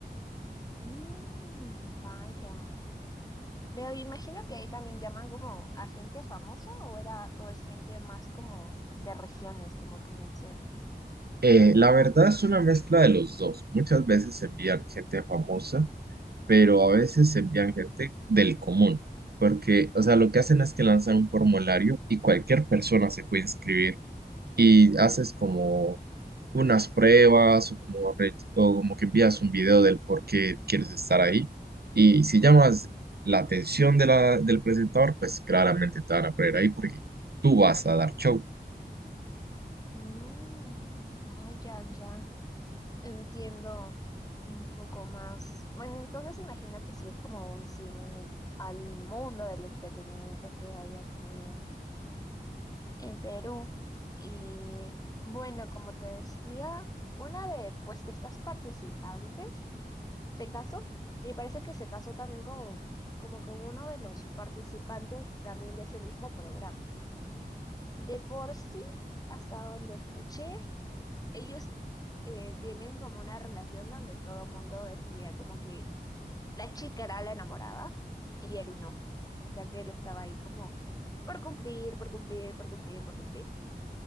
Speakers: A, on the left (about 20°); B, on the right (about 65°).
A: Mm, vaya. Veo, imagino que ahí también llaman como a gente famosa o era, o es gente más como de regiones, como tú mencionas.
B: Eh, la verdad es una mezcla de los dos. Muchas veces envían gente famosa, pero a veces envían gente del común, porque, o sea, lo que hacen es que lanzan un formulario y cualquier persona se puede inscribir y haces como unas pruebas o como, re- o como que envías un video del por qué quieres estar ahí y si llamas la atención de la, del presentador, pues claramente te van a poner ahí porque tú vas a dar show.
A: Mm, vaya, ya. Entiendo un poco más. Bueno, entonces imagino que sí es como un símil al mundo del entretenimiento que hay aquí en, en Perú. Y bueno, como te decía, una de pues de estas participantes. se casó y parece que se casó también con, como con uno de los participantes también de ese mismo programa. De por sí, hasta donde escuché, ellos eh, tienen como una relación donde todo mundo decía como que la chica era la enamorada y él no. O sea que él estaba ahí como por cumplir, por cumplir, por cumplir, por cumplir.